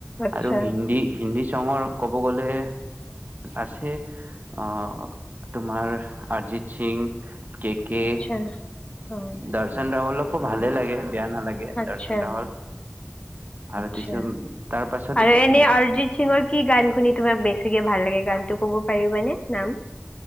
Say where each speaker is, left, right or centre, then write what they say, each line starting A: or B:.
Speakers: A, on the left; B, on the right.
A: আচ্ছা
B: আৰু হিন্দী হিন্দী চঙৰ ক'ব গ'লে আছে আহ তোমাৰ অৰিজিত সিং কে কে,
A: আচ্ছা হয়
B: দৰ্শন ৰাহল খুব ভালেই লাগে। বেয়া নালাগে
A: আচ্ছা
B: দৰ্শন
A: আচ্ছা
B: ৰাৱল আৰু কিছু তাৰ পাছত
A: আৰু এনে অৰিজিত সিঙৰ কি গান শুনি তোমাক বেছিকে ভাল লাগে গানটো কব পাৰিব নে ন